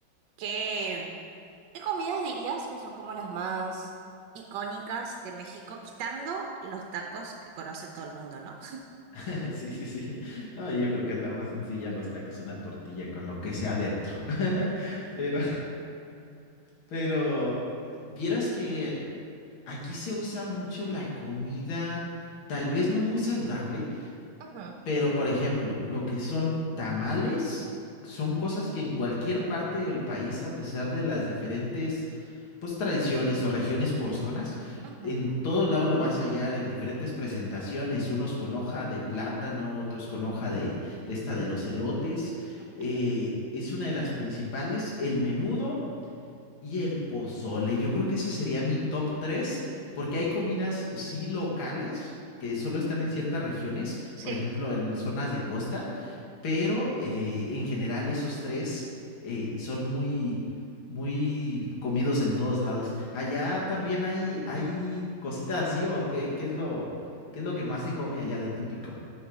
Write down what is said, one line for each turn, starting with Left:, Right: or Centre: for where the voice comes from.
Right: ¿Qué, qué comidas dirías que son como las más icónicas de México, quitando los tacos que conoce todo el mundo, ¿no?
Left: <laughs> Sí, sí, sí. No, yo creo que es la más sencilla, los tacos, una tortilla con lo que sea adentro. <laughs> Pero, pero, vieras que aquí se usa mucho la comida, tal vez no muy saludable,
Right: Ujú,
Left: pero por ejemplo, lo que son tamales. Son cosas que en cualquier parte del país, a pesar de las diferentes pues tradiciones o regiones por zonas.
Right: ujú,
Left: En todo lado lo vas a hallar en diferentes presentaciones, unos con hoja de plátano, otros con hoja de, de esta de los elotes.
Right: ujú.
Left: Eh, es una de las principales, el menudo y el pozole. Yo creo que ese sería mi top 3 porque hay comidas sí locales que solo están en ciertas regiones,
Right: Sí.
Left: por ejemplo, en zonas de costa pero eh, en general esos tres eh, son muy, muy comidos en todos lados. Allá también hay, hay cositas así, o qué, qué es lo, qué es lo que más se come allá de típico.